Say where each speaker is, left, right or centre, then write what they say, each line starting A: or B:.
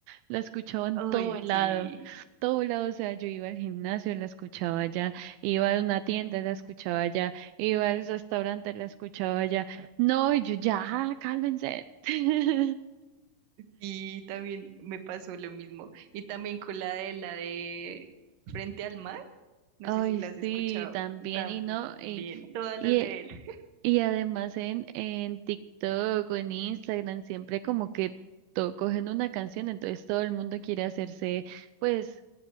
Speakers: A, on the right; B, on the right.
A: la escuchaba en
B: Ay,
A: todo lado,
B: sí.
A: todo lado, o sea, yo iba al gimnasio, la escuchaba allá, iba a una tienda, la escuchaba allá, iba al restaurante, la escuchaba allá. No, y yo ya, "Ah, cálmense. <laughs>
B: Sí, también me pasó lo mismo. Y también con la de la de Frente al Mar. No
A: Ay,
B: sé si las
A: sí,
B: has escuchado
A: también,
B: también,
A: y no, y...
B: todas
A: y
B: las de
A: eh,
B: él. <laughs>
A: Y además en, en TikTok o en Instagram siempre como que to- cogen una canción, entonces todo el mundo quiere hacerse pues